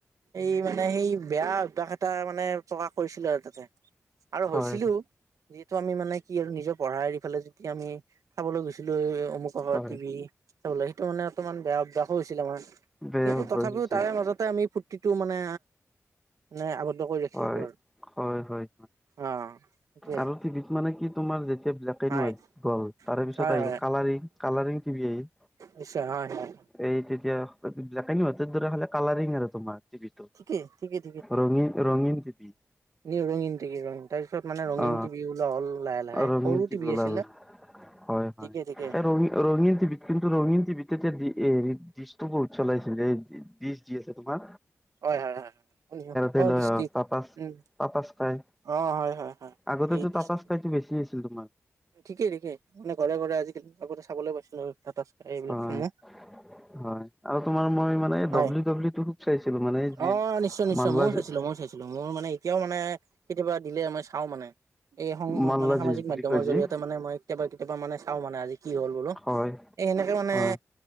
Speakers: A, on the right; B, in the centre.
A: এই মানে সেই বেয়া অভ্যাস এটা মানে প্ৰকাশ কৰিছিলে আৰু তাতে। আৰু
B: হয়
A: হৈছিলো যিহেতু আমি মানে কি আৰু নিজৰ পঢ়া এৰি ফালে যে এতিয়া আমি চাবলৈ গৈছিলো এই অমুকৰ ঘৰত
B: হয়
A: টিভি। ওলাই, সেইটো মানে অমান বেয়া অভ্যাসো হৈছিলে আমাৰ
B: বেয়া
A: কিন্তু
B: হ'ব
A: তথাপিও
B: হৈছিল
A: তাৰে মাজতে আমি যিটো মানে মানে আৱদ্ধ কৰি ৰাখিছিলোঁ
B: হয়
A: আৰু।
B: হয় হয়
A: অ' সেইটোৱে
B: আৰু টিভিত মানে কি তোমাৰ যে ব্লেক এণ্ড
A: হয়
B: হোৱাইট গ'ল তাৰে পিছত
A: হয়
B: আহিল
A: হয়
B: কালাৰিং কালাৰিং তিভি আহিল।
A: নিশ্চয়, হয় হয়।
B: এই তেতিয়া ব্লেক এণ্ড হোৱাইটৰ দৰে খালি কালাৰিং আৰু তোমাৰ টিভিটো,
A: ঠিকেই ঠিকেই
B: ৰঙী ৰঙীন টিভি।
A: নি ৰঙীন টিভি তাৰ পিছত মানে ৰঙীন
B: অ
A: টিভি ওলোৱা হ'ল লাহে লাহে,
B: ৰঙীন
A: সৰু টিভি
B: ওলাল
A: আছিলে।
B: হয় হয়
A: ঠিকে ঠিকে
B: এ ৰঙী, ৰঙীন টিভি কিন্তু ৰঙীন টিভিত তেতিয়া হেৰি ডিচটো বহুত চলাইছিলে ডিচ যি আছে তোমাৰ।
A: হয়, হয়,
B: আছিলে
A: হয়। অ দৃষ্টি
B: টাটাচ
A: উম
B: টাটাচকাই
A: অ হয় হয় হয়
B: আগতেতো
A: এই দৃষ্টি
B: টাটাচকাই সেইতো বেছি আছিল তোমাৰ।
A: ঠিকেই ঠিকেই, মানে ঘৰে ঘৰে আজিকালি আগতে চাবলৈ পাইছিলো টাটাচকাই এইবিলাকসমূহ।
B: হয় <unintelligible> হয় আৰু তোমাৰ মই মানে
A: হয়
B: ডাব্লিউ, ডব্লিউ খোপ চাইছিলো মানে যি
A: অ নিশ্চয় নিশ্চয়
B: মাল্লা
A: ময়ো
B: যি
A: চাইছিলো ময়ো চাইছিলো মোৰ মানে এতিয়াও, মানে কেতিয়াবা দিলে মই চাও মানে এই সং
B: মাল্লা
A: মানে সামাজিক
B: যুঁজ বুলি
A: মাধ জৰিয়তে
B: কয় যি
A: মানে মই কেতিয়াবা কেতিয়াবা মানে চাও মানে আজি কি হ'ল বোলো,
B: হয়
A: এই সেনেকে মানে
B: হয়